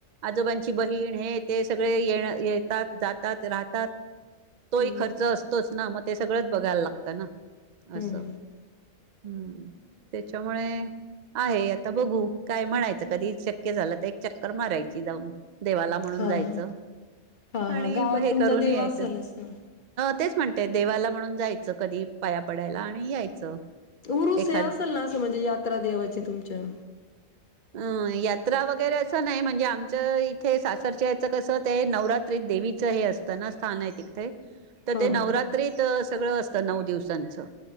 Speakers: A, on the right (about 75°); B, on the left (about 50°).
A: आजोबांची बहीण हे ते सगळे ये येतात जातात राहतात तोही
B: हम्म
A: खर्च असतोच ना मग ते सगळंच बघायला लागतं ना
B: हम्म
A: असं हम्म त्याच्यामुळे आहे आता बघू काय म्हणायचं कधी च माराय जाऊन देवा म्हणूनच
B: हा हा
A: आणि
B: हा हा गावात
A: हे
B: तुमचा
A: करून
B: देव
A: यायच
B: असेलच ना
A: तेच म्हण म्हणून जायचं कधी पाया पडायला आणि यायचं
B: उरुस
A: एखाद
B: असेल ना असं म्हणजे यात्रा देवायची तुमच्या
A: अं यात्रा वगैरे असं नाही म्हणजे आमचं इथे सासरच्या याचं कसं ते नवरात्रीत देवीचं हे असतं ना स्थान आहे तिथे तर
B: हा
A: ते
B: हा
A: नवरात्रीत सगळं अस ता नऊ दिवसांचं.